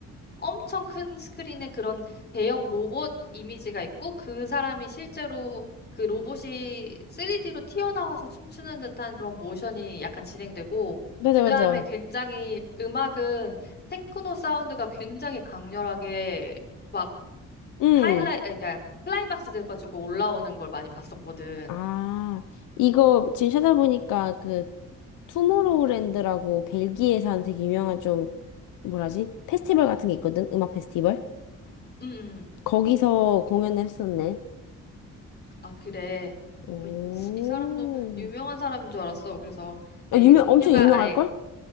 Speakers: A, on the left (about 35°); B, on the left (about 90°).
A: 엄청 큰 스크린에 그런 대형 로봇 이미지가 있고 그 사람이 실제로 그 로봇이 3D로 튀어나와서 춤추는 듯한 그런 모션이 약간 진행되고
B: 맞아
A: 그
B: 맞아.
A: 다음에 굉장히 음악은 테크노 사운드가 굉장히 강렬하게 막
B: 음.
A: 하이라이 아, 그러니까 클라이막스 돼가지고 올라오는 걸 많이 봤었거든.
B: 아 이거 지금 찾아보니까 그 투모로우랜드라고 벨기에 산 되게 유명한 좀 뭐라지? 페스티벌 같은 게 있거든? 음악 페스티벌?
A: 음, 음.
B: 거기서 공연을 했었네.
A: 아 그래.
B: 오.
A: 어, 이 사람도 유명한 사람인 줄 알았어. 그래서 네,
B: 아, 유명,
A: 이게 종류가
B: 엄청 유명할걸?
A: 아예